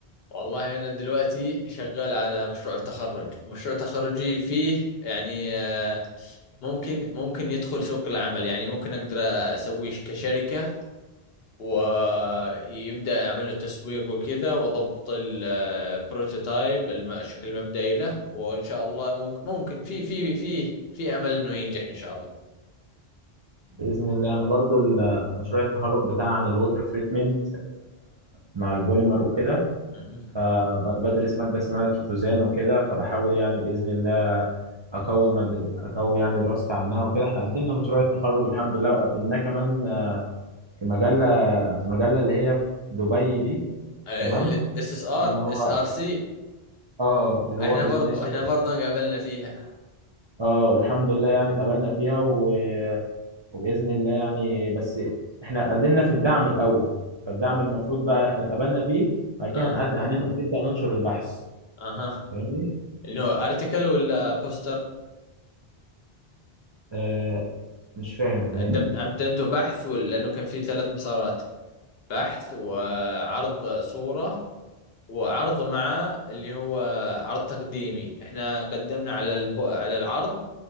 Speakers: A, on the left; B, on the right.
A: والله أنا دلوقتي شغال على مشروع التخرج مشروع تخرجي فيه يعني آه، ممكن ممكن يدخل سوق العمل يعني ممكن اقدر اسويه كشركة ويبدأ يعمل له تسويق وكذا وضبط البروتوتايب الشكل المبدئي له وان شاء الله ممكن ممكن في في في في امل انه ينجح ان شاء الله
B: بإذن الله أنا برضو ال- مشروع التخرج بتاعي عن الووتر تريتمنت مع البوليمر وكده
A: مهم.
B: فبدرس مادة اسمها الكيتوزان وكده فبحاول يعني بإذن الله أقوي مد... أقوي يعني دراستي عنها وكده إحنا قدمنا مشروع التخرج الحمد لله وقدمناه كمان آه، في مجلة في مجلة اللي هي في دبي دي
A: الاس
B: تمام
A: اس ار
B: اللي هو
A: اس ار سي
B: اه اللي هو
A: احنا
B: بيتنشر
A: برضه احنا برضه قابلنا فيها
B: اه والحمد لله يعني اتقابلنا فيها و... وبإذن الله يعني بس احنا قدمنا في الدعم الأول فالدعم المفروض بقى احنا اتقابلنا فيه بعد كده
A: اه
B: هنقد- هنن- هنبدأ ننشر البحث
A: اها
B: فاهمني؟
A: انه ارتكل ولا بوستر
B: آه مش فاهم يعني
A: قدمت
B: إيه.
A: قدمته بحث ولا لانه كان في ثلاث مسارات بحث وعرض صورة وعرض مع اللي هو عرض تقديمي احنا قدمنا على الب... على العرض